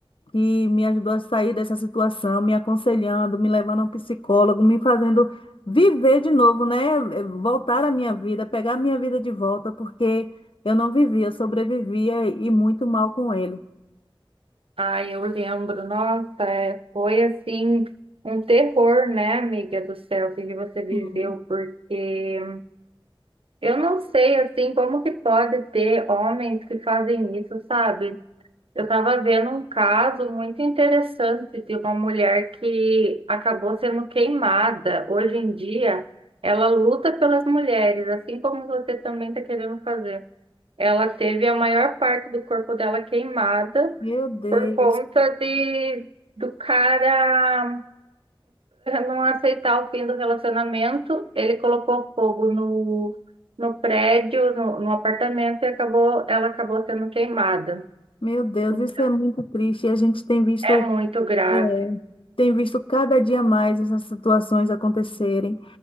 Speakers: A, on the left (about 70°); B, on the right (about 80°).
A: que me ajudou a sair dessa situação, me aconselhando, me levando a um psicólogo, me fazendo viver de novo, né? Eh, Voltar à minha vida, pegar a minha vida de volta, porque eu não vivia, eu sobrevivia e muito mal com ele.
B: Ah, eu lembro, nossa, é, foi assim um terror, né, amiga do céu, que você viveu,
A: Sim.
B: porque eu não sei assim como que pode ter homens que fazem isso, sabe? Eu estava vendo um caso muito interessante de uma mulher que acabou sendo queimada. Hoje em dia, ela luta pelas mulheres, assim como você também está querendo fazer. Ela teve a maior parte do corpo dela queimada
A: Meu Deus,
B: por conta de do cara não aceitar o fim do relacionamento. Ele colocou fogo no, no prédio, no, no apartamento e acabou, ela acabou sendo queimada.
A: meu Deus,
B: Então,
A: isso é muito triste. E a gente tem visto,
B: é muito grave.
A: eh, tem visto cada dia mais essas situações acontecerem.